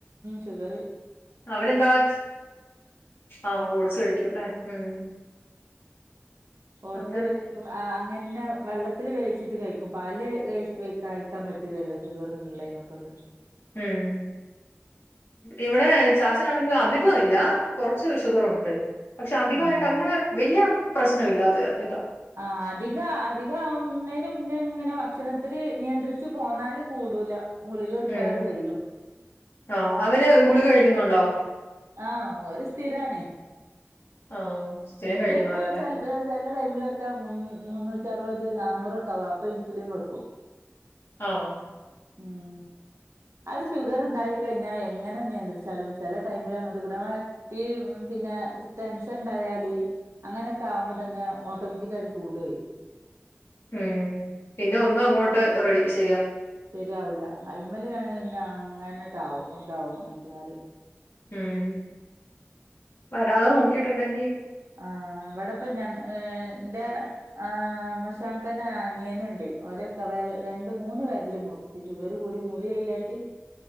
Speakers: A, on the right (about 80°); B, on the left (about 60°).
A: ഇ വറി <unintelligible>
B: അവരെന്താവാ ആഹ് ഓട്സ് കഴിക്കൂ ല്ലേ ഉം
A: ഓട്സ്
B: അങ്ങനെ
A: ആഹ് ഇനഇന്നെഹ് വെള്ളത്തില് വേവിച്ചിട്ട് കഴിക്കും പാല് ല് കഴിക്കാൻ പറ്റൂല്ലല്ലോ ഷുഗറിള്ളയ്നൊക്കെ കൊണ്ട്
B: ഉം ഇവിടെ ചാച്ചൻ ആണെങ്കില് അധികോ ഇല്ല കൊറച്ച് ഷുഗറുണ്ട് പക്ഷെ അധികായിട്ട്
A: ആഹ്
B: അങ്ങനെ വല്ല്യ പ്രശ്നൊ ഇല്ലാത്തെ ഇതാ
A: ആഹ് അധിക അധിക ആവുന്നേ ന്തെമുന്നേ ഇങ്ങനെ ഭക്ഷണത്തില് നിയന്ത്രിച്ച് പോന്നാല് കൂടൂല ഗുളിക എടുക്കാതെ
B: ഉം
A: കഴിയും
B: ആ അവര് കുളിക കഴിക്കുന്നുണ്ടോ
A: ആഹ് ഒരു സ്ഥിരാണ്
B: ആ സ്ഥിരം
A: ഇന്റെ
B: കഴിക്കുന്നവരല്ലേ
A: പ്പാ ചി ചില ടൈമിലൊക്കെ മുൻ മുൻ മുന്നൂറ്റി അറുപത് നാനൂറക്കോ ആവും അപ്പ ഇൻസുലിൻ വക്കും
B: ആഹ്
A: ഉം അത് ഷുഗർ ഇണ്ടായി കഴിഞ്ഞാൽ എങ്ങനെ നിയന്ത്രിച്ചാലും ചെല ടൈമിൽ അങ്ങോട്ട് കൂട ഈ പിന്നെ ടെൻഷൻ ണ്ടായല് അങ്ങനെയൊക്കെ ആകുമ്പോ തന്നെ ഓട്ടോമാറ്റിക് ആയിട്ട് കൂട അഹ്
B: ഉം പിന്നെ ഒന്നും അങ്ങോട്ട് റെഡി ശ്
A: ശരിയാവില്ല അയിമൽ ഞന്നെ അങ്ങനെ <unintelligible> ന്താവും മനുഷ്യന്മാർ
B: ഉം വരാതെ നോക്കിട്ടുണ്ടെങ്കിൽ
A: ആ ഇവട അപ്പ ഞാ എന്റെ ആ ആമ്മശാക്കന്റെ അനിയനുണ്ട് ഓരക്കെ വെര രണ്ട് മൂന്ന് വെരല് മുറിച്ച് ഷുഗർ കൂടി മുറി അയ്യാട്ട്